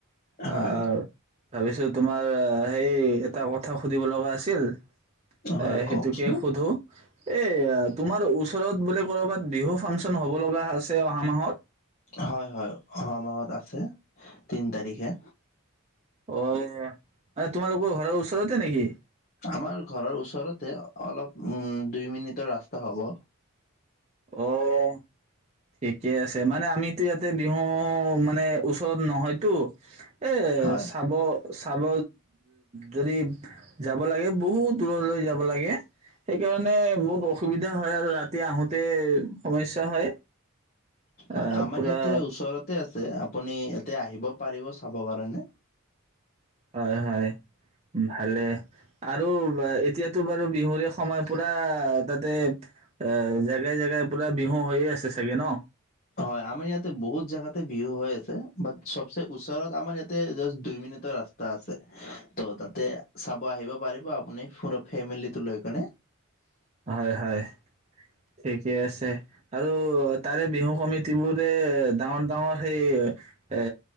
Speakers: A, on the right (about 30°); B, on the left (about 40°).
A: আৰ্
B: হয়
A: ভাবিছো তোমাৰ সেই এটা কথা সুধিব লগা আছিল। এ,
B: হয়
A: সেইটোকে
B: কওকচোন
A: সোধো, এই তোমাৰ ওচ ওচৰবোলে ক'ৰবাত বিহু ফাংচন হ'ব লগা আছ ছে অহা মাহত
B: হয়, হয় অহা মাহত আছে তিন তাৰিখে।
A: অ', তোমালোকৰ ঘৰৰ ওচৰতে নেকি?
B: আমাৰ ঘৰৰ ওচৰতে অলপ উম, দুই মিনিটৰ ৰাস্তা হ'ব।
A: অ'। ঠিকে আছে মানে আমিতো ইয়াতে বিহু মানে ওচৰত নহয়তো এ,
B: হয়
A: চাব চাব যদি যাব লাগে বহুত দূৰলৈ যাব লাগে, সেইকাৰণে মানে বহুত অসুবিধা হয় আৰু ৰাতি আহোত ততে সমস্যা হয়। আহ
B: হয় আমাৰ
A: পুৰা
B: ইয়াতে ওচৰতে আছে। আপোনি এতিয়া পাৰিব চাবৰ কাৰনে
A: হয, হয়, ভাল, আৰু বা এতিয়াতো বাৰু বিহুৰে সময় পুৰা তাতে এ, জেগাই জেগাই পুৰা বিহু হৈয়ে আছে চাগে ন'।
B: হয়, আমাৰ ইয়াতে বহুত জেগাতে বিহু হৈ আছে, বাত্ চবচে ওচৰত আমাৰ ইয়াতে বাচ দুই মিনিটৰ ৰাস্তা আছে তো তাতে চাব আহিব পাৰিব আপুনি ফুৰিব ফেমিলিটো লৈ পিনে।
A: হয়, হয় ঠিকে আছে আৰু তাৰে বিহু কমিতি বোৰে ডাঙৰঙ তঙৰ সেই এ